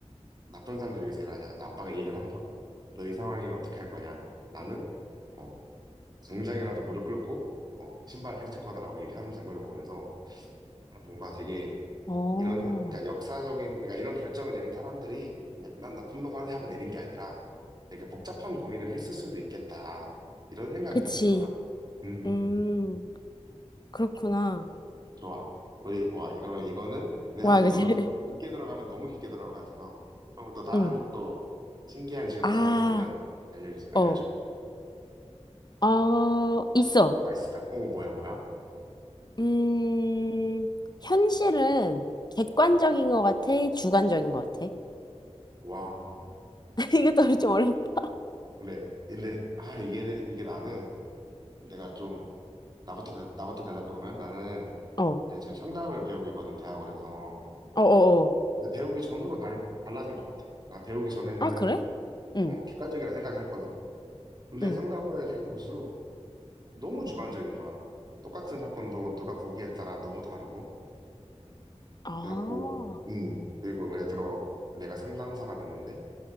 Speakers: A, on the right (about 35°); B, on the left (about 40°).
A: 나쁜 사람들 위해서 일하냐. 근데 아빠가 이 얘기를 하는 거야. 너 이 상황이면 어떻게 할 거냐. 나는, 어, 당장이라도 무릎 꿇고, 어, 신발을 핥을 거다라고 얘기하는 장면을 보면서, 아, 뭔가 되게
B: 어.
A: 이런 사- 그러니까 역사적인 그러니까 이런 결정을 내린 사람들이 그냥 난 나쁜 놈 할래 하고 내린 게 아니라 되게 복잡한 고민을 했을 수도 있겠다 이런 생각이
B: 그치.
A: 좀 들더라. 음
B: 음. 그렇구나.
A: 좋아 우리 와 이러면 이거는 근데
B: 와,
A: 사실
B: 이거
A: 이걸로
B: 되게.
A: 깊,
B: <laughs>
A: 게 들어가면 너무 깊게 들어갈 것 같아서 그럼 또 다른
B: 응.
A: 또 신기한 질문
B: 아.
A: 하나 있으면 알려주 알려줘
B: 어. 어. 있어.
A: 뭐가 있을까? 어 뭐야 뭐야
B: 음, 현실은 객관적인 것 같아? 주관적인 것 같아?
A: 와
B: <laughs> 이것도 좀 어렵다.
A: 근데 근데 아 이게 이게 나는 내가 좀 나부터, 대- 나부터 대답해보면 나는
B: 어, 어,
A: 내가 지금 상담을 배우고 있거든, 대학원에서.
B: 어, 어.
A: 근데 배우기 전으로 달, 달라진 것 같아. 나 배우기 전에는
B: 아, 그래? 응,
A: 어, 객관적이라 생각했거든. 근데
B: 응.
A: 상담을 생각해볼수록 너무 주관적인 거야. 똑같은 사건도 누가 보기에 따라 너무 다르고. 음.
B: 아,
A: 그래갖고, 음. 그리고 예를 들어 내가 상담사가 됐는데